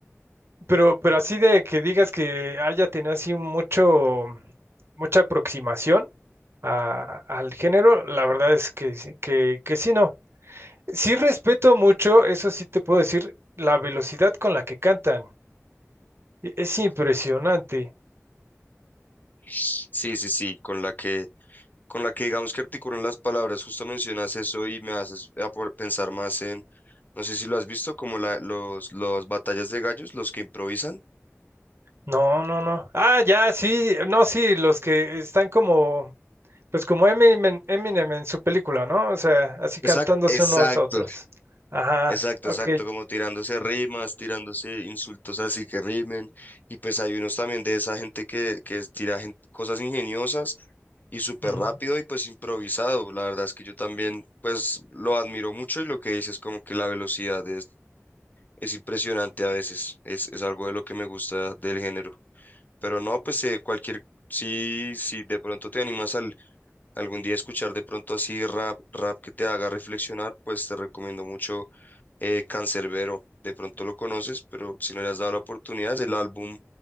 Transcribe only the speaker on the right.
Pero, pero así de que digas que haya tenido así mucho, mucha aproximación a- al género, la verdad es que, sí- que, que sí, no. Sí respeto mucho, eso sí te puedo decir, la velocidad con la que cantan. E- Es impresionante.
No, no, no. Ah, ya, sí, no, sí, los que están como Pues como Eminem, Eminem en su película, ¿no? O sea, así cantándose
unos a otros. Ajá,
ok.
ujú.